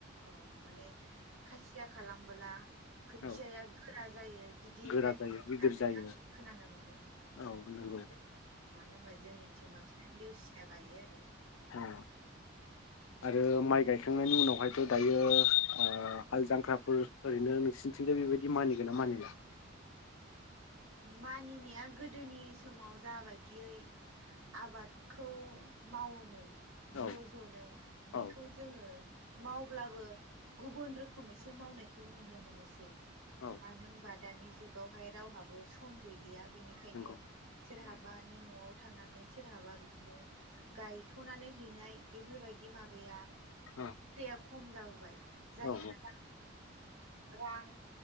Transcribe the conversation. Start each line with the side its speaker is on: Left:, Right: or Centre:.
Right: अ माने खासिया खालामबोला खोथ
Left: औ
Right: थियाया गोरा जायो। बेयो गिदिर
Left: गोरा
Right: जायो होननानै
Left: गिदिर जायो
Right: आं खोनानो मोनदों।
Left: औ नंगौ।
Right: मानो होनबा जोंनिथिं बांसिनानो लेवसि या गायो आरो।
Left: औ आरो माइ गायखांनायनि उनाव हायथ' दायो आ हालजांख्रा ओ ओरैनो नोंसिनि थिंजाय बेबायदि मानिगोन ना मानिला?
Right: मानिनाया गोदोनि समाव जाबायदियै आबादखौ मावोमोन
Left: औ
Right: ज' ज'नो बिखौ
Left: औ
Right: जोङो मावब्लाबो गुबुन रोखोमैसो मावनायखौ नुनो मोनोसै।
Left: औ
Right: मानो होमबा दानि जुग गावहाय रावहाबो सम गैलिया। बेनिखायनो
Left: नंगौ
Right: सोरहाबानि न'आव थांनानै सोरहाबा बिदिनो गायथ'नानै हैनाय बेफोरबायदि माबाया
Left: औ
Right: गैया। खम जाबोबाय। जायहा
Left: औ
Right: रां रां